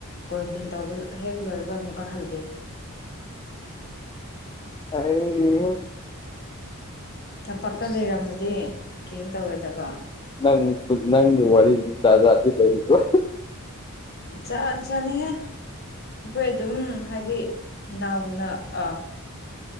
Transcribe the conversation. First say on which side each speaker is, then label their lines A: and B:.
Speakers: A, on the left; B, on the left.
A: ꯀ꯭ꯋꯥꯔꯦꯟꯇꯤꯟ ꯇꯧꯕ ꯍꯦꯛ ꯂꯣꯏꯕꯒ ꯑꯃꯨꯛꯀꯥ ꯍꯜꯂꯦ
B: ꯑꯩ <unintelligible>
A: ꯇꯝꯄꯥꯛꯇ
B: ꯑꯁ
A: ꯂꯩꯔꯝꯃꯗꯤ ꯀꯔꯤꯝ ꯇꯧꯔꯣꯏꯗꯕ
B: ꯅꯪ ꯅꯪꯒꯤ ꯋꯥꯔꯤ ꯖꯠ ꯖꯠꯗꯤ ꯂꯩꯔꯤꯕ
A: ꯖꯥꯠ ꯖꯥꯠꯅꯤꯍꯦ ꯑꯈꯣꯏ ꯑꯗꯨꯝ ꯍꯥꯏꯗꯤ ꯅꯥꯎꯅ ꯑꯥ